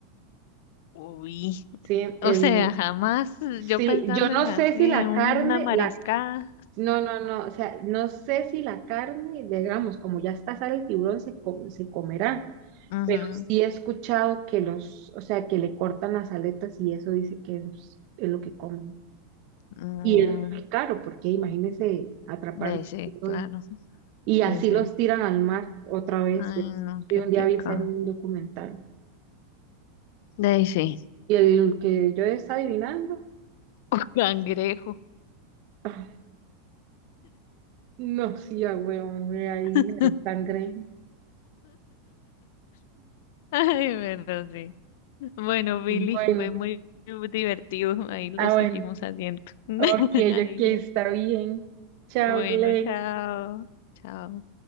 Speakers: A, on the left; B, on the right.
A: Uy,
B: Sí, el,
A: o sea, jamás
B: sí,
A: yo pensando
B: yo no
A: en
B: sé
A: así,
B: si
A: en
B: la
A: una
B: carne,
A: mariscada.
B: la, no, no, no, o sea, no sé si la carne, digamos, como ya está sale el tiburón, se, co- se comerá.
A: Ujú,
B: Pero sí he escuchado que los, o sea, que le cortan las aletas y eso dice que es, es lo que comen.
A: mm,
B: Y es muy caro, porque imagínense atrapar
A: de ahí sí,
B: un tiburón.
A: claro.
B: Y
A: Sí,
B: así
A: sí.
B: los tiran al mar otra vez.
A: Ay, no,
B: Y
A: qué
B: un
A: pecado.
B: día vi esa en un documental.
A: De ahí sí.
B: Y el que yo estaba adivinando,
A: <laughs> Cangrejo.
B: ah, no, sí, ah, weón, me adivinaron
A: <laughs>
B: sangre.
A: Ay, pero sí. Bueno, Billy,
B: Bueno,
A: fue muy divertido. Ahí lo
B: ah,
A: seguimos
B: bueno,
A: haciendo. <laughs>
B: ok,
A: Ay,
B: ok, está bien. Chao,
A: bueno,
B: Glenn.
A: chao. Chao.